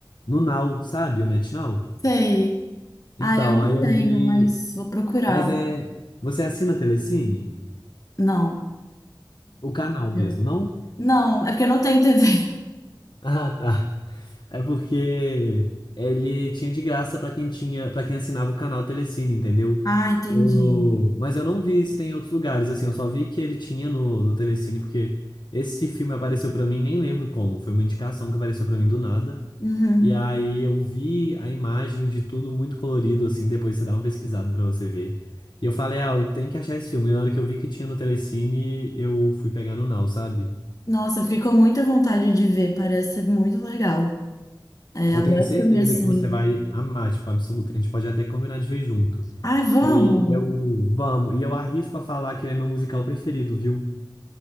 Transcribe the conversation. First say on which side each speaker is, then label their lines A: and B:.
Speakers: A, on the left; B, on the left.
A: No Now, sabe? O NetNow.
B: Sei. Ah,
A: Então,
B: eu não
A: aí
B: tenho,
A: eu vi.
B: mas vou procurar.
A: Mas é. Você assina Telecine?
B: Não.
A: O canal mesmo,
B: eu-
A: não?
B: Não, é porque eu não tenho TV.
A: Ah, tá. É porque ele tinha de graça pra quem tinha, para quem assinava o canal Telecine, entendeu?
B: Ah, entendi.
A: Eu, mas eu não vi se tem em outros lugares, assim, eu só vi que ele tinha no, no Telecine, porque esse filme apareceu pra mim, nem lembro como, foi uma indicação que apareceu pra mim do nada.
B: Uhum.
A: E aí eu vi a imagem de tudo muito colorido, assim, depois você dá uma pesquisada pra você ver. E eu falei, ah, eu tenho que achar esse filme. E na hora que eu vi que tinha no Telecine, eu fui pegar no Now, sabe?
B: Nossa, ficou muita vontade de ver, parece ser muito legal. É,
A: Eu
B: adoro
A: tenho certeza
B: filme assim.
A: que você vai amar, tipo, absoluto. A gente pode até combinar de ver junto.
B: Ai, vamos!
A: E eu vamos, e eu arrisco a falar que ele é meu musical preferido, viu?